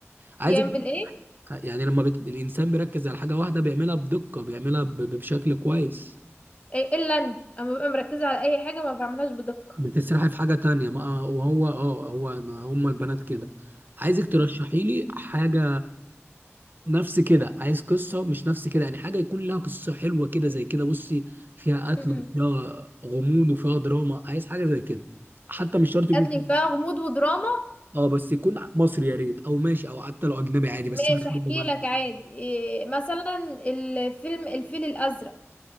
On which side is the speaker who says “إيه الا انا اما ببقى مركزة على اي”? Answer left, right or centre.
Left